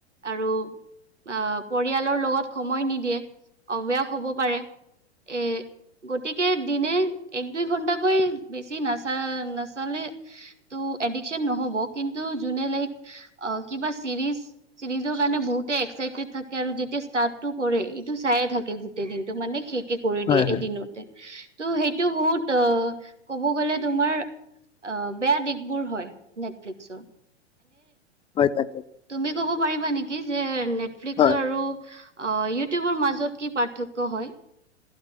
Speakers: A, on the right (about 80°); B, on the left (about 15°).
A: আৰু। অ' পৰিয়ালৰ লগত সময় নিদিয়ে, অভ্যাস হ'ব পাৰে। এ গতিকে দিনে এক দুই ঘণ্টাকৈ বেছি নাচা নাচালে ত' এডিকশ্যন নহ'ব কিন্তু যোনে লাইক কিবা ছিৰিজ চিৰিজৰ কাৰণে বহুতে এক্সাইটেড থাকে, আৰু যেতিয়া ষ্টাৰ্টটো কৰে এইটো চাইয়ে থাকে। গোটেই দিনটো মানে কে কৰি
B: হয়
A: দিয়ে
B: হয়
A: এদিনতে। তো সেইটো বহুতেই ক'ব গ'লে তোমাৰ বেয়া দিশ বোৰ হয় নেটফ্লিক্সৰ।
B: হয়, তাকে।
A: তুমি ক'ব পাৰিবা নেকি যে নেটফ্লিক্সৰ
B: হয়।
A: আৰু ইউটিউবৰ মাজত কি পাৰ্থক্য হয়?